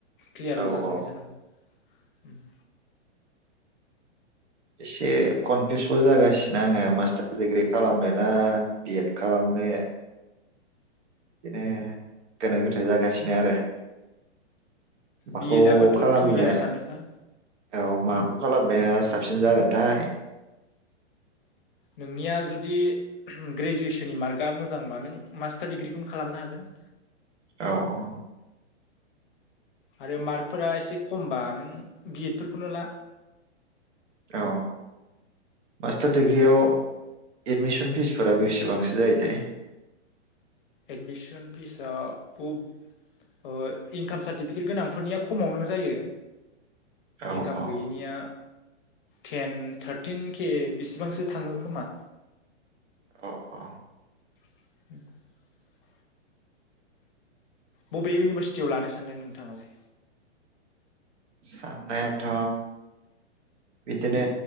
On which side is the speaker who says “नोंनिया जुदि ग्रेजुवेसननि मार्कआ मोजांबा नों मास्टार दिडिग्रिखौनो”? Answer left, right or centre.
Left